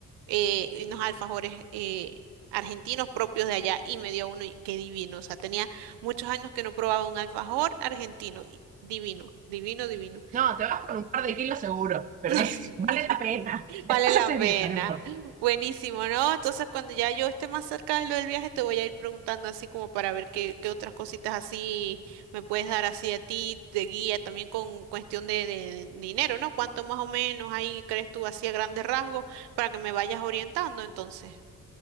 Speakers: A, on the right (about 80°); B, on the right (about 20°).
A: eh, unos alfajores eh, argentinos propios de allá y me dio uno y qué divino. O sea, tenía muchos años que no probaba un alfajor argentino. y Divino, divino, divino.
B: No, te vas con un par de kilos seguro, pero
A: <laughs>
B: <laughs> es- vale la pena. Después
A: Vale la
B: haces
A: pena.
B: dieta, no importa.
A: Buenísimo, ¿no? Entonces, cuando ya yo esté más cerca de lo del viaje, te voy a ir preguntando así como para ver qué, qué otras cositas así me puedes dar así a ti de guía, también con cuestión de, de- de dinero, ¿no? ¿Cuánto más o menos ahí crees tú así a grandes rasgos para que me vayas orientando? Entonces,